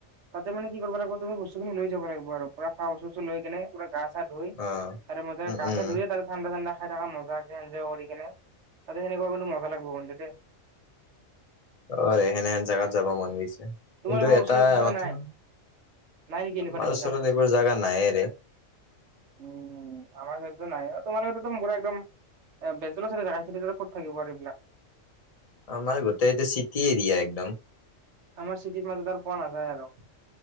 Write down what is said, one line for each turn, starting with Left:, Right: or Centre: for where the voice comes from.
Right: তাতে মানে কি কৰিব লাগিব তুমি বস্তুখিনি লৈ যাব লাগিব আৰু পোৰা খোৱা বস্তু চস্তু লৈ কেনে- পোৰা গা চা ধুই
Left: অ
Right: তাৰে মাজে
Left: উম
Right: গা
Left: উম
Right: ধুইে তাৰে ঠাণ্ডা ঠাণ্ডা, খাই থকা মজাকে এনজয় কৰি কেনে তাতে সেনেকুৱা কিন্তু মজা লাগব কিন্তু দেই-
Left: অহেনহেন জোগাত যাব মন গৈছে
Right: তোমালোকৰ
Left: কিন্তু এটা
Right: ওচৰে চোচৰে
Left: কথা
Right: নাই নাই নেকি এনেকুৱা
Left: আমাৰ
Right: টাইপৰ
Left: ওচৰত
Right: জাগা?
Left: এইবোৰ জাগা নাইৰে।
Right: উম আমাৰ সেইতো নাই তোমালোকো পুৰাএকদম বেজ চ ক'ত থাকিব আৰু এইবিলাক
Left: আমাৰ গোটেই এইটো চিটি এৰিয়া একদম
Right: আমাৰ চিটিৰ মাজ পোৱা না যায় আৰু